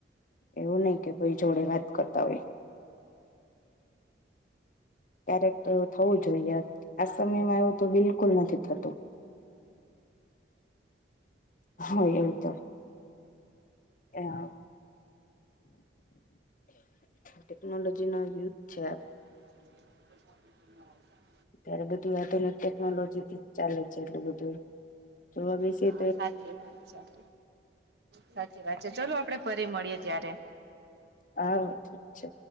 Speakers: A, on the left (about 45°); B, on the right (about 60°).
A: એવું નહી કે કોઈ જોડે વાત કરતા હોય. ક્યારેક એવું થવું જોઈએ આ સમયમાં એવું તો બિલ કુલ નથી થતું હા એવું તો એમાં ટેકનોલોજી નો યુગ છે.
B: <inaudible>
A: ત્યારે બધું આધુનિક ટેકનોલોજી થી ચાલે છે એટલું બધું જોવા બેસી
B: હા સાચી વાત સાચી વાત છે ચલો આપણે ફરી મળીય ત્યારે
A: હા ઠીક છે.